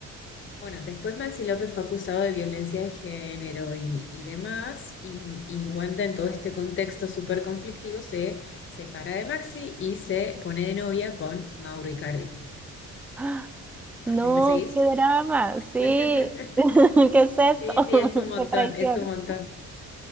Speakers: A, on the left; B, in the centre.
A: Bueno, después Maxi López fue acusado de violencia de género y, y demás, y, y Wanda en todo este contexto súper conflictivo se separa de Maxi y se pone de novia con Mauro Icardi.
B: ¡Ah!
A: ¿Hasta
B: No,
A: ahí me seguís?
B: qué drama, sí.
A: <laughs>
B: <laughs> ¿Qué es esto?
A: Sí,
B: <laughs>
A: sí, es un montón,
B: Qué traición.
A: es un montón.